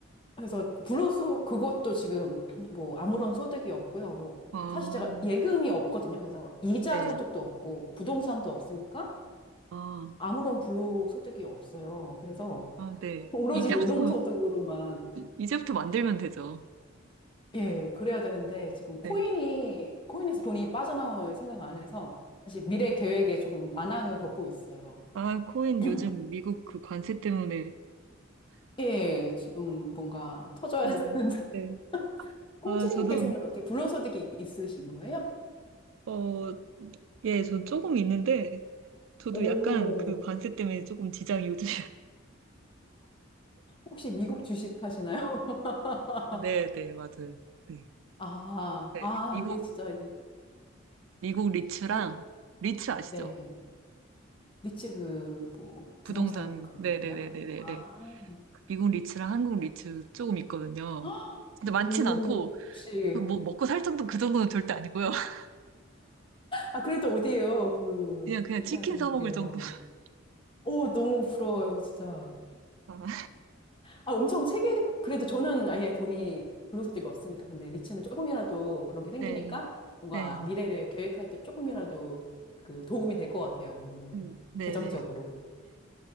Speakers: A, on the left; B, on the right.
A: 그래서 불로소 그것도 지금 <clears throat> 뭐 아무런 소득이 없고요. 뭐,
B: 아,
A: 사실 제가 예금이 없거든요. 그래서 이자
B: 네.
A: 소득도 없고, 뭐 부동산도 없으니까
B: 아,
A: 아무런 불로 소득이 없어요. 그래서
B: 아, 네.
A: 오로지
B: 이제부터,
A: 노동소득으로만,
B: 이제부터 만들면 되죠.
A: 예, 그래야 되는데, 지금
B: 네.
A: 코인이, 코인에서 돈이 빠져나올 생각 안 해서, 사실 미래 계획에 조금 난항을 겪고 있어요.
B: 아, 코인
A: <clears throat>
B: 요즘 미국 그 관세 때문에.
A: 예, 지금 뭔가 터져야
B: 네.
A: 되는데.
B: 네.
A: <laughs> 홍지님께서는
B: 아, 저도,
A: 어떻게 불로소득이 있으신 거예요?
B: 어, 예, 전 조금 있는데, 저도
A: 오,
B: 약간 그 관세 때문에 조금 지장이 요즘
A: 혹시 미국 주식 하시나요? <laughs>
B: 네, 네, 맞아요. 네.
A: 아,
B: 네.
A: 아,
B: 미국,
A: 이게 진짜 이
B: 미국 리츠랑,
A: 돈,
B: 리츠 아시죠?
A: 네. 리츠 그, 뭐,
B: 부동산.
A: 부동산 그런
B: 네,
A: 건가요?
B: 네, 네, 네, 네,
A: 아,
B: 네. 미국 리츠랑 한국 리츠 조금 있거든요.
A: <gasps>
B: 근데 많진
A: 오,
B: 않고,
A: 역시.
B: 그뭐 먹고 살 정도 그 정도는 절대 아니고요. <laughs>
A: 아, 그래도 어디에요? 그,
B: 그냥, 그냥
A: 있다는
B: 치킨 사 먹을
A: 게요.
B: 정도. <laughs>
A: 오, 너무 부러워요, 진짜.
B: 아,
A: 아, 엄청 세게, 그래도 저는 아예 돈이 불로소득이 없으니까. 근데 리츠는 조금이라도 그런 게 생기니까
B: 네,
A: 뭔가
B: 네,
A: 미래를 계획할 때 조금이라도 그 도움이 될 것 같아요. 뭔가
B: 음, 네,
A: 재정적으로.
B: 네. 네.